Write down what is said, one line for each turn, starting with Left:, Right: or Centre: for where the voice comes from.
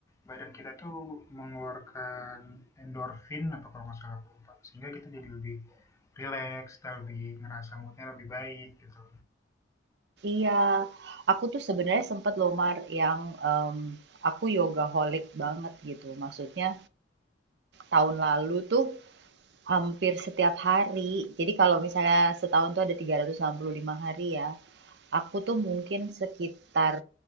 Left: badan kita tuh mengeluarkan endorfin apa kalau nggak salah, aku lupa. Sehingga kita jadi lebih rileks, kita lebih ngerasa moodnya lebih baik gitu.
Right: Iya, aku tuh sebenarnya sempet loh Mar yang em, aku yoga holic banget gitu. Maksudnya tahun lalu tuh Hampir setiap hari. Jadi kalau misalnya setahun tuh ada 365 hari ya, aku tuh mungkin sekitar